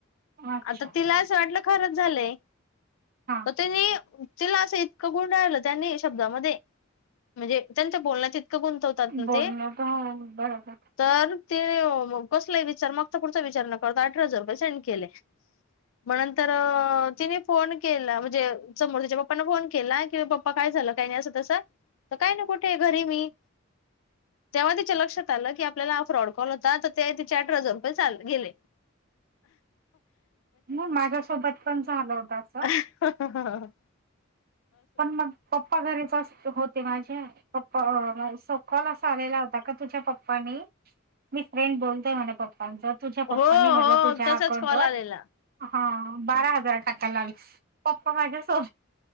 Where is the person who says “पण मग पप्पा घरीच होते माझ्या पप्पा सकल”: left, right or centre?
Right